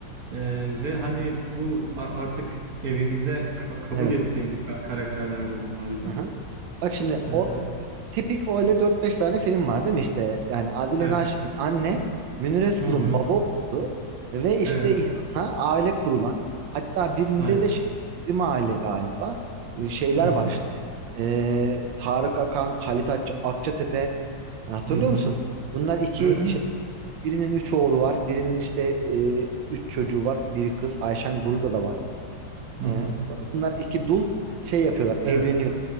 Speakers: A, on the right (about 55°); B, on the right (about 80°).
A: Ee, ve hani bu a- artık evimize ka- kabul
B: Evet.
A: ettiğimiz ka- karakterler de onlar bizim.
B: Aha. Bak şimdi
A: Ee,
B: o tipik öyle dört beş tane film var değil mi işte? Yani Adile
A: evet.
B: Naşit'in anne, Münir Özkul'un
A: Hı hı.
B: baba olduğu ve işte
A: Evet.
B: yanına aile kurulan hatta birinde
A: Aynen.
B: de şey, bizim aile galiba e, şeyler
A: Hı hı.
B: var işte. Ee, Tarık Akan, Halit Akça- Akçatepe Yani hatırlıyor
A: Hı hı.
B: musun? Bunlar iki
A: Evet evet.
B: şey birinin üç oğlu var, birinin işte e, üç çocuğu var, biri kız Ayşen Guruda da var.
A: Hı
B: Ee,
A: hı.
B: sonra bunlar iki dul şey yapıyorlar, evleniyor.
A: Evet.